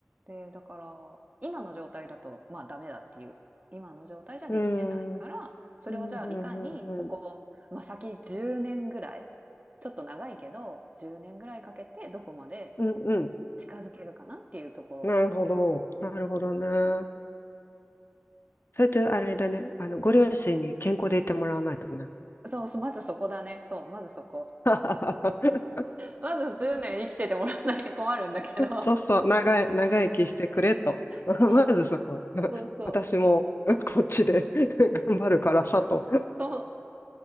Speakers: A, on the right; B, on the left.
A: で、だから、今の状態だと、まあ、ダメだっていう。今の状態じゃできてないから、
B: うん。うん、
A: それをじゃあ、
B: うん、うん、
A: いかにここ、
B: うん。
A: まあ、先10年ぐらい、ちょっと長いけど、10年ぐらいかけてどこまで
B: うん、うん。
A: 近づけるかなっていうとこ
B: なるほど。なるほどね。それとあれだね、あの、ご両親に健康でいてもらわないとね。
A: ろ。そうそう、まずそこだね。そう、まずそこ。
B: <laughs>
A: まず10年生きててもらわないと困るんだけど。
B: そうそう、長い、長生きしてくれと。<laughs> まずそこ。
A: そう、
B: <laughs>
A: そうそう。
B: 私もこっちで <laughs> 頑張るからさと。
A: そう